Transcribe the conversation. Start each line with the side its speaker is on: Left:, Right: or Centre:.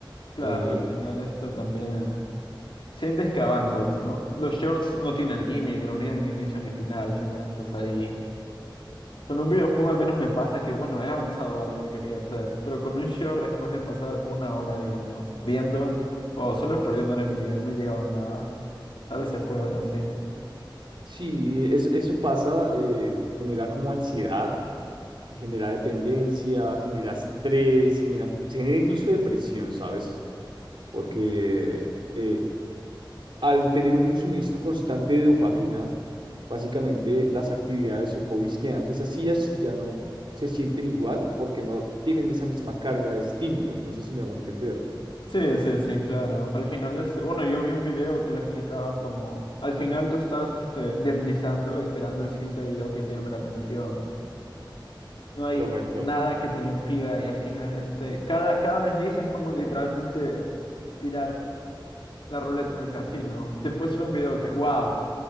Left: Claro,
Right: Eh,
Left: al final esto también... Sientes que avanzas, ¿no? Los shorts no tienen límite, no tienen ni inicio ni final, simplemente estás ahí. Con un videojuego al menos me pasa que, bueno, he avanzado a lo que quería hacer, pero con un short después de pasar una hora, digamos, viendo, o solo perdí una hora de mi vida, no he llegado a nada. Tal vez se puede ver así.
Right: sí, es- eso pasa, eh, genera como ansiedad, genera dependencia, genera estrés, genera, se genera incluso depresión, ¿sabes? Porque eh, al tener un suministro constante de dopamina, Básicamente las actividades o hobbies que antes hacías ya no se sienten igual porque no tienen esa misma carga de estímulos. No sé si me hago entender.
Left: Sí, sí, sí, claro. Al final, este, bueno, yo vi un video que lo explicaba como, al final tú estás, este, deslizando, esperando el siguiente video que te llame la atención. No hay
Right: Correcto.
Left: nada que te lo impida y al final, este, cada, cada desliz es como literalmente tirar la ruleta en el casino. Te puede salir un video que, wow,